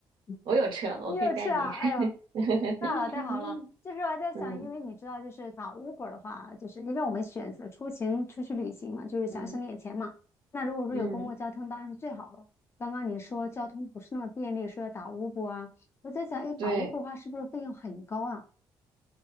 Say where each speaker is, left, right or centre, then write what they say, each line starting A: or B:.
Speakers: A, on the left; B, on the right.
A: 嗯
B: 我有车，我可以带你。
A: 你有去啊？哎呦，
B: <laughs>
A: 太好了，太好了！就是我在想，
B: 嗯
A: 因为你知道，就是打 Uber 的话，就是因为我们选择出行出去旅行嘛，就是想省点钱嘛。
B: 嗯。
A: 那如果说有公共交通，
B: 嗯，
A: 当然是最好了。刚刚你说交通不是那么便利，说要打 Uber 啊，我在想，哎，打
B: 对，
A: Uber 的话是不是费用很高啊？